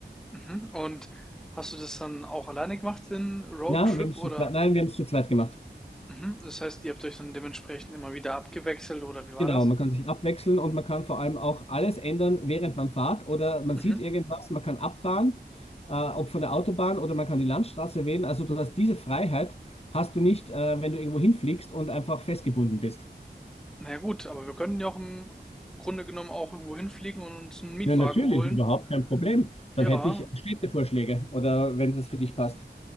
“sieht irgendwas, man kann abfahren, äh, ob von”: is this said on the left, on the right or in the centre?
Left